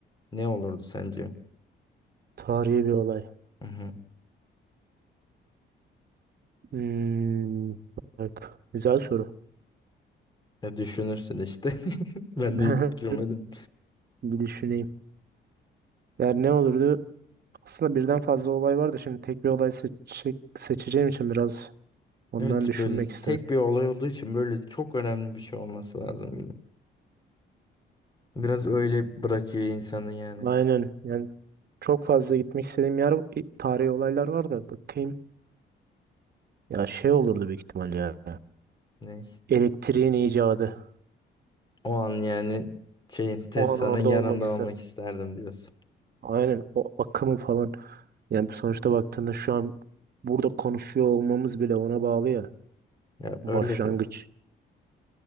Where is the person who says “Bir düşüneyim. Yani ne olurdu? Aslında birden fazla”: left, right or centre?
Right